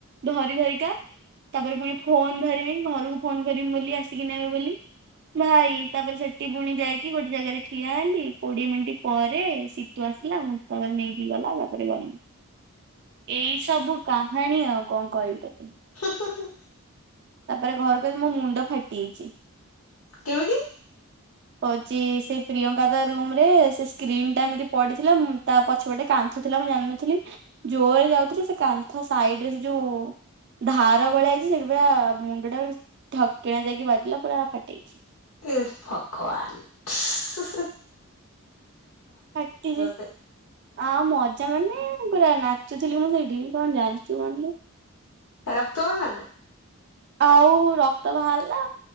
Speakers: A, on the right; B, on the left.
A: ଧରି ଧରିକା ତାପରେ ପୁଣି- ଫୋନ ଧରିିବି ଘରକୁ ଫୋନ କରିିମି ବୋଲି ଆସିକି ନେବେ ବୋଲି ଭାଇ ତାପରେ ସେଠି ପୁଣି ଯାଇକି ଗୋଟେ ଜାଗାରେ ଠିଆ ହେଲି କୋଡିଏ ମିନିଟ୍ ପରେ ସେ ଆସିଲା ମୁ ତାପରେ ନେଇକି ଗଲା ତା ପରେ ଗଲି ଏଇ ସବୁ କାହାଣୀ ଆଉ କଣ କହିବି ତୋତେ
B: ହୁଁ ହୁଁ ହୁଁ
A: ତାପରେ ଘରକୁ ଆସି ମୋ ମୁଣ୍ଡ ଫାଟି ଯାଇଛି
B: କେମିତି?
A: ହଉଛି ସେଇ ପ୍ରିୟଙ୍କା ତା ରୁମରେ ସେ ସ୍କ୍ରିନ୍ ଟା ଏମିତି ପଡିଥିଲା ତା ପଛପଟେ କାନ୍ଥ ଥିଲା ମୁଁ ଜାଣି ନଥିଲି ଜୋରରେ ଯାଉଥିଲି ସେ କାନ୍ଥ ସାଇଡରେ ସେ ଯୋଉ- ଧାର ଭଳିଆ ହେଇଛି ସେଠି ପୁରା ମୁଣ୍ଡଟା ଠକ୍ କିନା ଯାଇକି ବାଜିଲା ପୁରା ଫାଟି ଯାଇଛି
B: ଏ ଭଗବାନ ହୁଁ ହୁଁ
A: ଫାଟିଛି
B: ତତେ
A: ଆଉ ମଜା ମାନେ ପୁରା ନାଚୁଥିଲି ମୁଁ ସେଇଠି କଣ ଜାଣିଚୁ କଣ ଯେ
B: ରକ୍ତ ବାହାରିଲା
A: ଆଉ ରକ୍ତ ବାହାରିଲା